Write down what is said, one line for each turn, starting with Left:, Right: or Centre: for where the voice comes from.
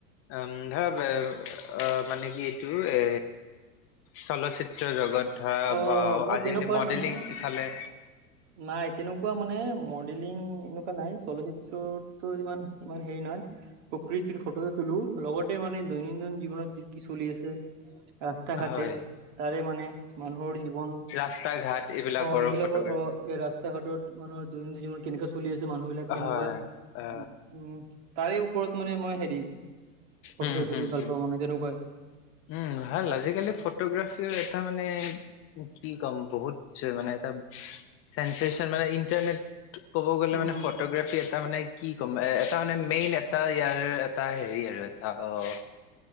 Left: উম, ধৰা অ', মানে কি এইটো এ চলচিত্ৰ জগত ধৰা
Right: অ
Left: বা
Right: মই
Left: আজিকালি
Right: তেনেকুৱাই
Left: মডেলিং
Right: মানে
Left: ইফালে।
Right: নাই তেনেকুৱা মানে মডেলিং এনেকুৱা নাই, চলচিত্ৰতো ইমান, ইমান হেৰি নহয়। প্ৰকৃৃতি ফটোটো তুলো, লগতে মানে দৈনন্দিন জীৱনৰ যি কি চলি আছে। ৰাস্তা-ঘাটে
Left: হয়
Right: তাৰে মানে মানুহৰ জীৱ এই
Left: ৰাস্তা ঘাট এইবিলাকৰো
Right: অ', এইবিলাকৰ
Left: ফটোগ্ৰাফী
Right: অ', এই ৰাস্তা ঘাটত মানুহ। দৈনন্দিন জীৱন কেনেকুৱা চলি আছে, মানুহ বিলাক কেনেকুৱা
Left: হয় অ
Right: উ-উম। তাৰে ওপৰত মানে মই হেৰি। ফটো
Left: উম,
Right: চটো তুলি
Left: হম,
Right: ভাল
Left: হম,
Right: পাওঁ মানে তেনেকুৱাই
Left: উম, ভাল আজিকালি ফটোগ্ৰাফি এইটো এটা মানে কি ক'ম বহুত মানে এটা চেনচন মানে ইণ্টাৰনেট ক'ব গ'লে
Right: উম
Left: মানে ফটোগ্ৰাফী এটা মানে কি ক'ম। তাৰ মানে, মেইন এটা ইয়াৰ এটা হেৰি আৰু এটা অ'।